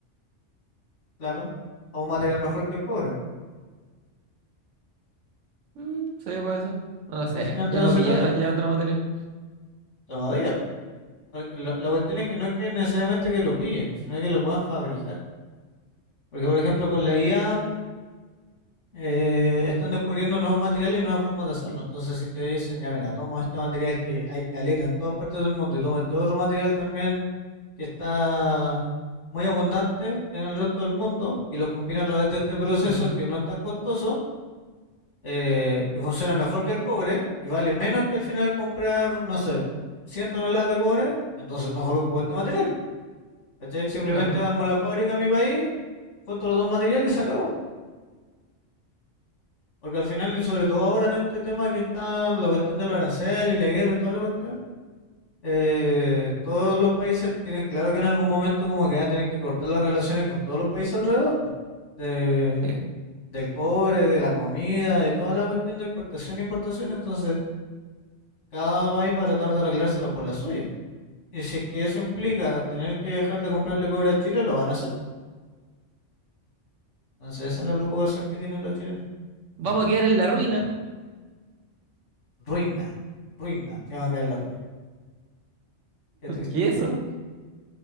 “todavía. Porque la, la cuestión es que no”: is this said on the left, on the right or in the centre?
Left